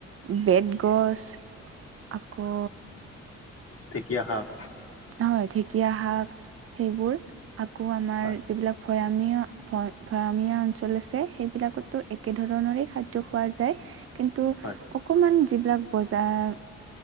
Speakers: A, on the right; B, on the left.
A: বেতগছ আকৌ,
B: ঢেকীয়া শাক।
A: হয়, ঢেকীয়া শাক সেইবোৰ আকৌ আমাৰ
B: হয়
A: যিবিলাক ভৈয়ামিয় ভ -ভৈয়ামীয়া অঞ্চল আছে সেইবিলাকতো একে ধৰণৰে খাদ্য খোৱা যায়। কিন্তু
B: হয়
A: অকণমান যিবিলাক বজাৰ